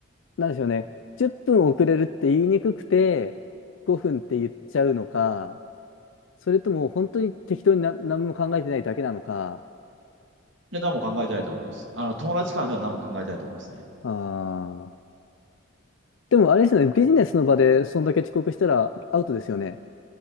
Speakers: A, on the left; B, on the right.
A: う、なんでしょうね。10分遅れるって言いにくくて、5分って言っちゃうのか、それとも本当に適当にな何も考えてないだけなのか。
B: で、何も考えてないと思います。あの、友達間では何も考えてないと思いますね。
A: ああ。でもあれですよね。ビジネスの場でそんだけ遅刻したらアウトですよね。